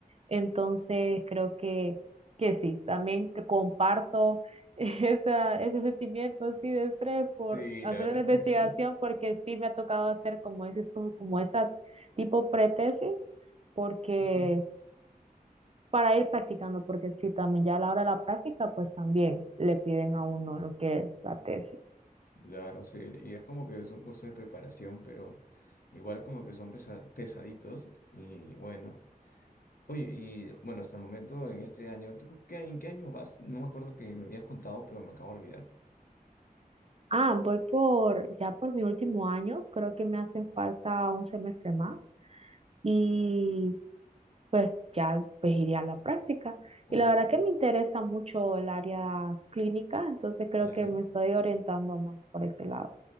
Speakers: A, on the right (about 40°); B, on the left (about 70°).
A: Entonces, creo que, que sí, también te comparto <laughs> esa, ese sentimiento así de estrés por
B: sí,
A: hacer
B: la verdad
A: una
B: es
A: investigación,
B: que sí.
A: porque sí me ha tocado hacer, como dices tú, como esa tipo pretesis, porque
B: Ujú.
A: para ir practicando, porque sí, también ya a la hora de la práctica, pues también le piden a uno lo que es la tesis.
B: Claro, sí. Y es como que es un curso de preparación, pero igual como que son pesa- pesaditos. Y bueno. Oye, y bueno, hasta el momento en este año, ¿tú qué- en qué año vas? No me acuerdo que me habías contado, pero me acabo de olvidar.
A: Ah, voy por, ya por mi último año, creo que me hacen falta un semestre más y pues ya pues iré a la práctica.
B: Oh,
A: Y la verdad que me interesa mucho el área clínica, entonces creo
B: claro.
A: que me estoy orientando más por ese lado.